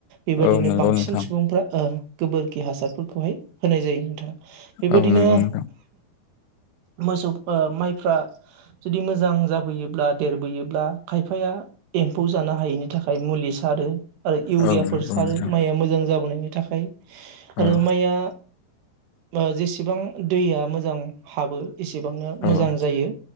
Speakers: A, on the right (about 80°); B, on the left (about 85°).
A: बेबायदिनो
B: औ नंगौ
A: बांसिन
B: नोंथां
A: सुबुंफ्रा ओ गोबोरखि हासारफोरखौ हाय होनाय जायो नोंथां बेबादिनो
B: औ नंगौ नोंथां
A: मोसौ फा माइफ्रा जुदि मोजां जाबोयोब्ला देरबोयोब्ला खायफाया एम्फौ जानो हायिनि थाखाय मुलि सारो आरो इउरियाफोर
B: औ नंगौ
A: सारो
B: नोंथां
A: माइया मोजां जाबोनाय नि थाखाय आरो
B: औ
A: माइया ओ जेसेबां दैया मोजां हाबो एसेबांनो
B: औ
A: मोजां जायो।